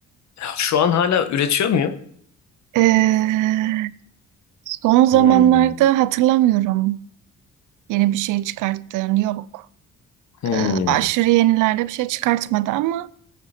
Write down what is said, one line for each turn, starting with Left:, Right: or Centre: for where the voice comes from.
Left: Şu an hala üretiyor muyum?
Right: Ee, Son zamanlarda
Left: Hmm.
Right: hatırlamıyorum yeni bir şey çıkarttığını yok.
Left: Hmm.
Right: Ee, aşırı yenilerde bir şey çıkartmadı ama